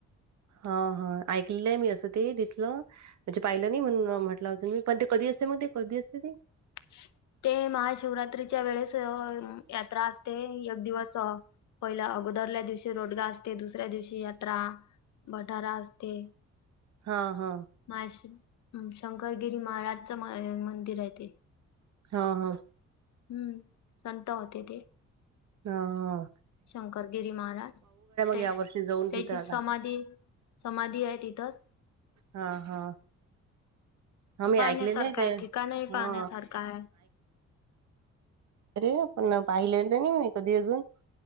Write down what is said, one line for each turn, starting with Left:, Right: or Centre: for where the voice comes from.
Right: हा हा ऐकलेलं आहे मी असं ते तथलं म्हणजे पाहिलं नाही म्हणून म्हटलं अजून मी. पण ते कधी असते मग ते कधी असते ते.
Left: ह <unintelligible> ते महाशिवरात्रीच्या वेळेस यात्रा असते एक दिवस. पहिल्या अगोदरल्या दिवशी रोडगा असते दुसऱ्या दिवशी यात्रा भटारा असते.
Right: हा हा.
Left: माश शंकरगिरी महाराजचं मंदिर आहे ते.
Right: हा हा.
Left: हम्म संत होते ते.
Right: हा ह.
Left: शंकरगिरी महाराज ते.
Right: यावर्षी जाऊन
Left: त्याची
Right: तिथं
Left: समाधी
Right: आता
Left: समाधी आहे तिथंच
Right: हा हा हा मी
Left: पाहण्यासारखं
Right: ऐकलेले ते
Left: आहे ठिकाणही पाहण्यासारखं
Right: हा
Left: आहे
Right: अरे पण पाहिलेलं नाही मी कधी अजून